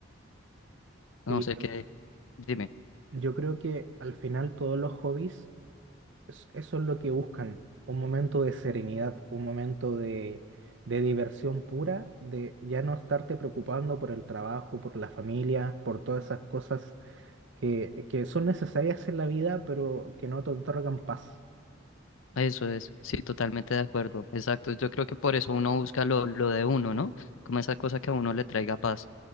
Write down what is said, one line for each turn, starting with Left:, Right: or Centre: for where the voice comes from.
Left: No
Right: Y
Left: sé qué, dime.
Right: yo creo que al final todos los hobbies, es- eso es lo que buscan, un momento de serenidad, un momento de, de diversión pura, de ya no estarte preocupando por el trabajo, por la familia, por todas esas cosas que, que son necesarias en la vida, pero que no te otorgan paz.
Left: Eso es, sí, totalmente de acuerdo. Exacto. Yo creo que por eso uno busca lo, lo de uno, ¿no? Como esa cosa que a uno le traiga paz.